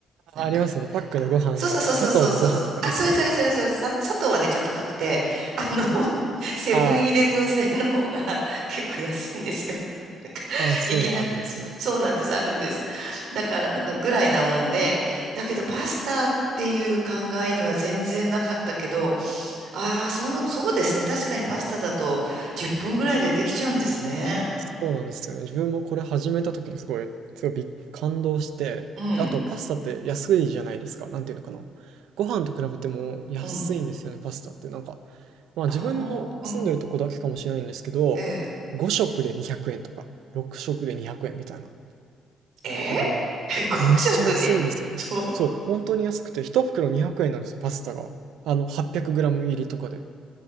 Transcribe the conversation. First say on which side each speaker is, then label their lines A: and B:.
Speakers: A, on the right; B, on the right.
A: あ、
B: なんか
A: ありますよね。パックのご飯の、
B: そうそうそうそうそうそうそう。
A: 砂糖のご飯とかですよね。
B: あ、それそれそれそれ、さ、砂糖はね、ちょっと高くて、<laughs> あの、<laughs> セブンイレブン製の方が
A: あ
B: <laughs> 結構安いんですよ。<laughs> なんかいきな、
A: あ、ああ、そういうのあるんですね。
B: そそうなんです、あるんです。だから、なぐらいなもんで、だけどパスタっていう考えには全然なかったけど、ああ、そう、そうですね。確かにパスタだと10分ぐらいでできちゃうんですね。
A: そうなんですよね。自分もこれ始めた時にすごい、すごいび感動して、
B: うん、
A: あとパスタって安いじゃないですか。なんていうのかな。ご飯と比べても安いんですよね、
B: うん。
A: パスタって。なんか、まあ自分の住んでるとこだけかもしれないんですけど、
B: ああ、うん、ええ。
A: 5食で200円とか、6食で200円みたいな。
B: ええ
A: だから、
B: <laughs> ?5
A: めっちゃ安いんですよね。
B: 食でそう。
A: そう、本当に安くて、1袋200円なんですよ、パスタが。あの、8 0 0ム入りとかで。